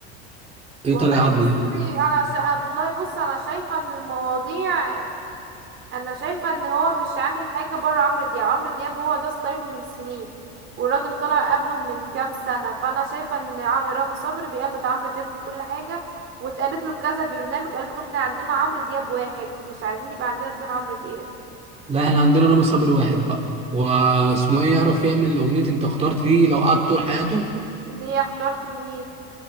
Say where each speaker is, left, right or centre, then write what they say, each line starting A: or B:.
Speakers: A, on the right; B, on the right.
A: ايه
B: والله
A: طالع قبله
B: بصي
A: دي
B: انا شا... والله بص انا شايفه ان المواضيع انا شايفه ان هو مش عامل حاجه بره عمرو دياب عمرو دياب هو ده ستايله من سنين والراجل طلع قبله من كام سنه فانا شايفه ان ع- رامي صبري بيقلد عمرو دياب في كل حاجه واتقالت له في كذا برنامج قالت له احنا عندنا عمرو دياب واحد مش عايزين يبقى عندنا اتنين عمرو دياب
A: لا احنا عندنا رامي صبري واحد بقى واسمه ايه يعرف يعمل اغنيه انت اخترت دي لو قعد طول حياته
B: ان هي اختارت ان هي